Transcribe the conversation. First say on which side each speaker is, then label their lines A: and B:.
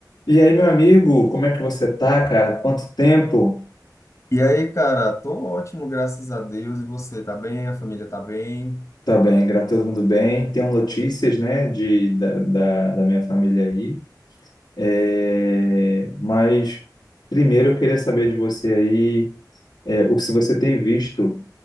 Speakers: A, on the left; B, on the left.
A: E aí, meu amigo, como é que você tá, cara? Quanto tempo?
B: E aí, cara, tô ótimo, graças a Deus. E você, tá bem? A família tá bem?
A: Tá bem, graças a todo mundo bem. Tenho notícias, né, de, da, da, da minha família aí. É, mas primeiro eu queria saber de você aí, é, o- se você tem visto